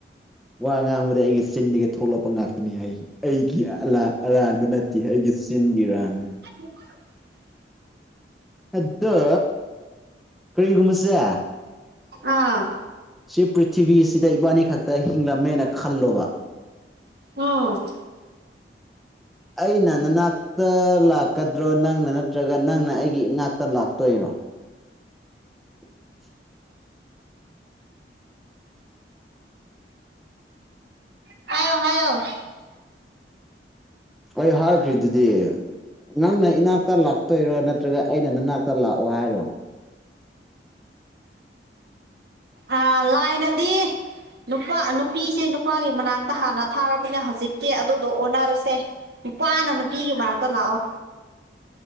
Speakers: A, in the centre; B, on the right.
A: ꯋꯥ ꯉꯥꯡꯕꯗꯤ ꯑꯩꯒꯤ ꯆꯤꯟꯗꯒꯤ ꯊꯣꯛꯂꯛꯄ ꯉꯥꯛꯇꯅꯤꯍꯩ ꯑꯩꯒꯤ ꯑꯂꯥ ꯑꯔꯥꯟꯕ ꯅꯠ ꯇꯦ ꯑꯩꯒꯤ ꯆꯤꯟꯒꯤ ꯏꯔꯥꯟꯅꯤ
B: <inaudible>
A: ꯑꯗꯣ ꯀꯔꯤꯒꯨꯝꯕꯁꯦ
B: ꯑꯥ
A: ꯁꯤ ꯄ꯭ꯔꯤꯊꯤꯕꯤꯁꯤꯗ ꯏꯕꯥꯅꯤ ꯈꯛꯇ ꯍꯤꯡꯂꯝꯃꯦꯅ ꯈꯜꯂꯣꯕ
B: ꯎꯝ
A: ꯑꯩꯅ ꯅꯅꯥꯛ ꯇ ꯂꯥꯛꯀꯗ꯭ꯔꯣ ꯅꯪꯅ ꯅꯠꯇ꯭ꯔꯒ ꯅꯪꯅ ꯑꯩꯒꯤ ꯏꯅꯥꯛꯇ ꯂꯥꯛꯇꯣꯏꯔꯣ <inaudible>
B: <inaudible> ꯍꯥꯏꯌꯣ ꯍꯥꯏꯌꯣ
A: ꯑꯩ ꯍꯥꯏꯈ꯭ꯔꯤ ꯗꯨꯗꯤ ꯅꯪꯅ ꯏꯅꯥꯛꯇ ꯂꯥꯛꯇꯣꯏꯔꯣ ꯅꯠꯇ꯭ꯔꯒ ꯑꯩꯅ ꯅꯅꯥꯛꯇ ꯂꯥꯛꯑꯣ ꯍꯥꯏꯔꯣ
B: ꯑꯥ ꯂꯥꯏꯅꯗꯤ ꯅꯨꯄꯥ ꯅꯨꯄꯤꯁꯦ ꯅꯨꯄꯥꯒꯤ ꯃꯅꯥꯛꯇ ꯍꯥꯟꯅ ꯊꯥꯔꯕꯃꯤꯅ ꯍꯧꯖꯤꯛꯇꯤ ꯑꯗꯨꯗꯣ ꯑꯣꯟꯅꯔꯁꯦ꯫ ꯅꯨꯄꯥꯅ ꯅꯨꯄꯤꯒꯤ ꯃꯥꯅꯛꯇ ꯂꯥꯛꯑꯣ꯫